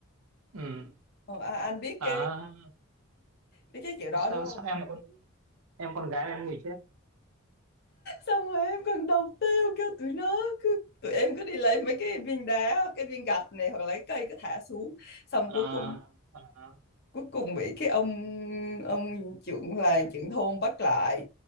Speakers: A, on the right; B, on the left.
A: ừ
B: Ờ, à, anh biết
A: à
B: cái biết cái kiểu đó
A: có sao
B: đúng không?
A: sao em là con em con gái mà em nghịch thế
B: Xong rồi em còn đầu tiêu kêu tụi nó cứ tụi em cứ đi lấy mấy cái viên đá, cái viên gạch này hoặc lấy cây cứ thả xuống, xong
A: à,
B: cuối cùng
A: à
B: cuối cùng bị cái ông ông trưởng là trưởng thôn bắt lại